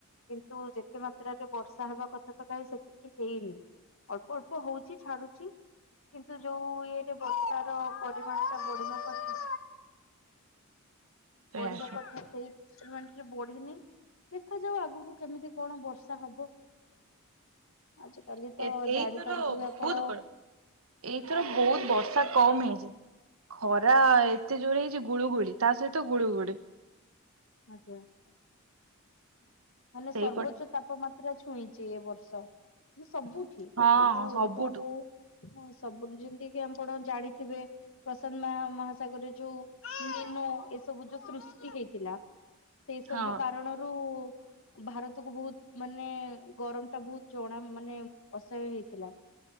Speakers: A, on the left; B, on the right.
A: କିନ୍ତୁ ଯେତେ ମାତ୍ରାରେ ବର୍ଷା ହେବା କଥା ତ କାଇଁ ସେତିକି ହେଇନି। ଅଳ୍ପ ଅଳ୍ପ ହଉଛି ଛାଡୁ ଛି କିନ୍ତୁ ଯୋଉ ଇଏରେ ବର୍ଷ ର ପରିମାଣ ଟା ବଢିବା କଥା
B: ସେଇଆ
A: ବଢିବା କଥା ସେଇ <unintelligible> ବଢିିନି। ଦେଖାଯାଉ ଆଗକୁ କେମିତି କଣ ବର୍ଷା ହବ।
B: <inaudible>
A: ଆଜି କାଲି ତ
B: ଏ ଏଇଥର
A: ଜାଣିପାରୁଥିବେ ଆପଣ।
B: ବହୁତ ବଡ ଏଇଥର ବହୁତ ବର୍ଷା କମ୍ ହେଇଛି। ଖରା ଏତେ ଜୋରେ ହେଇଛି ଗୁଳୁଗୁଳି ତା ସହିତ ଗୁଳୁଗୁଳି।
A: ଆଜ୍ଞା। ମାନେ
B: ସେଇପଟ
A: ସର୍ବୋଚ୍ଚ ତାପମାତ୍ରା ଛୁଇଁଛି ଏ ବର୍ଷ ସବୁ ଠି
B: ହଁ
A: ସବୁ ଓଡିଶାରେ
B: ସବୁଠୁ
A: ହଁ ସବୁ ଯେମିତି କି ଆପଣ ଜାଣିଥିବେ ପ୍ରଶାନ୍ତ ମା ମହାସାଗରରେ ଯୋଉ ମେନୁ ଏସବୁ ଯୋଉ ସୃଷ୍ଟି ହେଇଥିଲା। ସେଇ ସବୁ
B: ହଁ।
A: କାରଣରୁ ଭାରତକୁୁ ବହୁତ। ମାନେ ଗରମ ଟା ବହୁତ ଜଣା ମାନେ ଅସହା୍ୟ ହେଇଥିଲା।